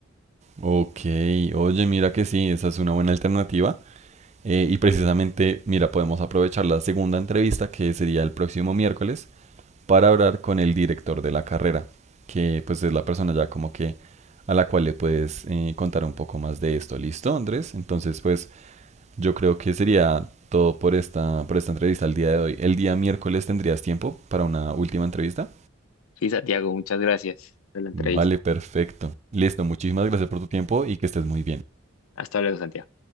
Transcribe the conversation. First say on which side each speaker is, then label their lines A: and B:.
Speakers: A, on the right; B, on the left.
A: Ok. Oye, mira que sí, esa es una buena alternativa. Eh, y precisamente, mira, podemos aprovechar la segunda entrevista, que sería el próximo miércoles, para hablar con el director de la carrera, que pues es la persona ya como que a la cual le puedes eh, contar un poco más de esto. ¿Listo, Andrés? Entonces, pues yo creo que sería todo por esta, por esta entrevista el día de hoy. ¿El día miércoles tendrías tiempo para una última entrevista?
B: Sí, Santiago, muchas gracias por la entrevista.
A: Vale, perfecto. Listo, muchísimas gracias por tu tiempo y que estés muy bien.
B: Hasta luego, Santiago.